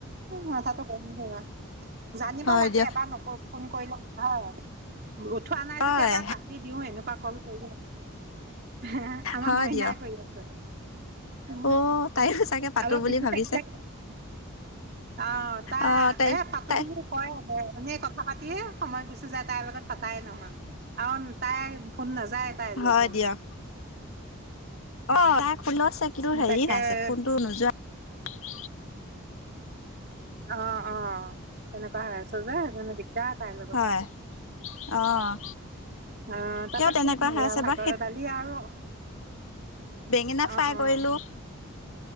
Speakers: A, on the right (about 45°); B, on the left (about 75°).
A: মাথাটো গৰম কৰে, জানিব
B: হয়
A: লাগে
B: দিয়ক
A: এবাৰ নকৰোঁ। ফোন কৰিল উঠাৱ। উঠোৱা নাই
B: হয়
A: যেতিয়া বা কাটি দিওঁ এনেকুৱা কৰোঁ <unintelligible> হা, আমাৰ
B: হয়
A: মইনাই
B: দিয়ক
A: কৰি আছে। উম,
B: অ' তাইও চাগে পাতো
A: অলপ
B: বুলি
A: বিজি
B: ভাবিছে
A: থাকি <unintelligible> আহ, তাই
B: অ'
A: এ পাতো
B: তাই
A: বুলি কয়। এনে কথা পাতিয়ে সময় গুচি যায় তাইৰ লগত পাতাই নহয়। আৰু তাই ফোন যায় তাইলে
B: হয়
A: ফোন।
B: দিয়ক অ <unintelligible> হেৰি হৈ
A: তাকে
B: আছে ফোনটো নোযোৱা।
A: অ' অ' তেনেকুৱা হৈ আছে যে মানে দিগদাৰ তাইৰ লগত।
B: হয় অ'
A: অ' তাৰাপা
B: কিয় তেনেকুৱা
A: কি বনালা?
B: হৈ আছে
A: ভাতৰ
B: বা সেই
A: লগত দালি আৰু, <inaudible>
B: বেঙেনা
A: অ',
B: ফ্ৰাই
A: অ',
B: কৰিলোঁ।